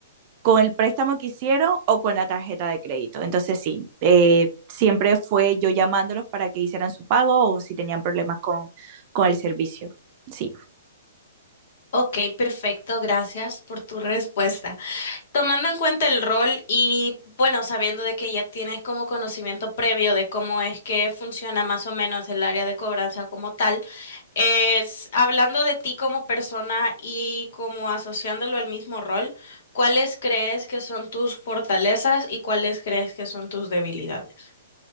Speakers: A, on the right; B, on the left.
A: con el préstamo que hicieron o con la tarjeta de crédito. Entonces sí, eh, siempre fue yo llamándolos para que hicieran su pago o si tenían problemas con, con el servicio. Sí,
B: Ok, perfecto, gracias por tu respuesta. Tomando en cuenta el rol y bueno, sabiendo de que ya tienes como conocimiento previo de cómo es que funciona más o menos el área de cobranza como tal, es hablando de ti como persona y como asociándolo al mismo rol, ¿cuáles crees que son tus fortalezas y cuáles crees que son tus debilidades?